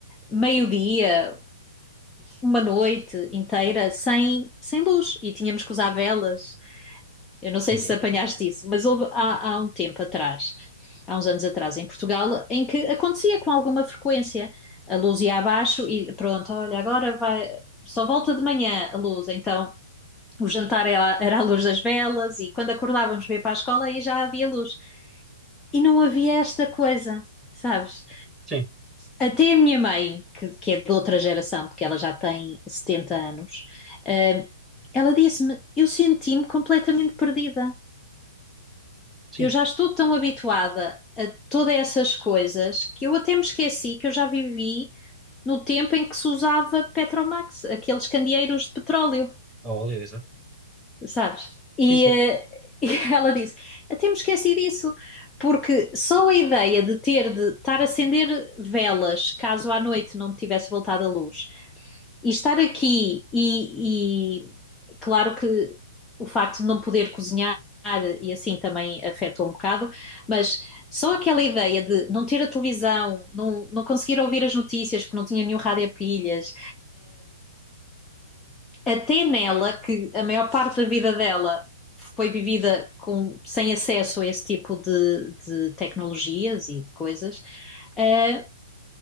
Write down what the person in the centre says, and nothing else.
uhum.
Sim,
sim,
a óleo, exato.
Sim, sim,